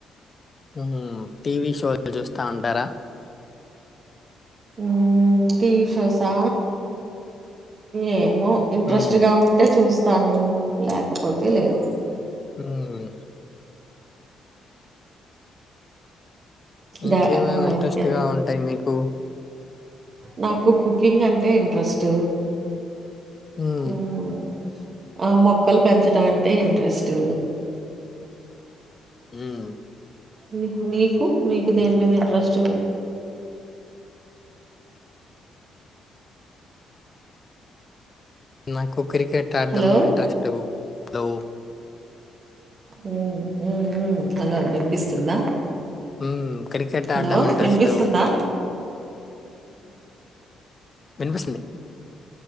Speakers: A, on the left (about 35°); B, on the right (about 40°).
A: హ్మ్ హు టీ వీ షో లు చూస్తా ఉంటారా
B: హ్మ్ టీ వీ షో స ఏ మో ఇంట్రెస్ట్
A: ఉమ్
B: గా ఉంటే చూస్ తను లేకపోతే లేదు
A: హ్మ్ ఇంకేమేమి
B: ద
A: ఇంట్రెస్ట్
B: ఇంకేం
A: గా ఉంటాయి మీకు
B: నాకు కుకింగ్ అంటే ఇంట్రెస్ట్
A: హ్మ్
B: హ్మ్మ్ ఆ మొక్కలు పెంచడం అంటే ఇంట్రెస్టూ
A: మ్మ్
B: మీక్ మీకు మీకు దేని మీద ఇంట్రెస్ట్
A: నాక్ కు క్రికెట్ ఆడ్డం
B: హలో
A: ఇంట్రెస్టు గ్లో
B: హు హు హుమ్మ్, హలో వినిపిస్తుందా.
A: హ్మ్ క్రికెట్
B: హలో
A: ఆడడం ఇంట్రెస్ట్
B: వినిపిస్తుందా.
A: వినిపిస్తుంది.